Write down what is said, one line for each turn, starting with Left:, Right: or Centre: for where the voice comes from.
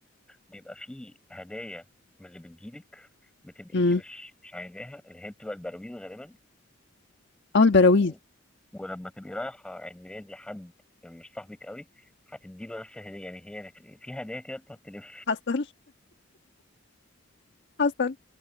Centre: بيبقى في هدايا من اللي بتجيلك بتبقى
Left: امم
Centre: انت مش مش عايزاها اللي هي بتبقى البراويز غالبا
Left: اه البراويز
Centre: و... و... ولما تبقي رايحة عيد ميلاد لحد مش صاحبك قوي هتديله نفس الهدية يعني هي في هدايا كده بتقعد تلف
Left: حصل حصل